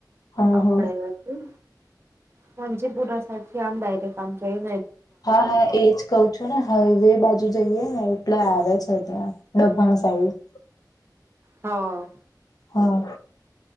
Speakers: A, on the left (about 55°); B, on the right (about 35°).
A: હા
B: આપડે
A: હા
B: એ જે ભીમજીપૂરા સા તેથી આમ ડાયરેક આમ જઈએ.
A: હા, હા એજ કહ છું ને હાઈવે બાજુ જઈએ ને એટલે આવે છે ત્યાં ડાભાણ સાઈડ
B: હા.
A: હા.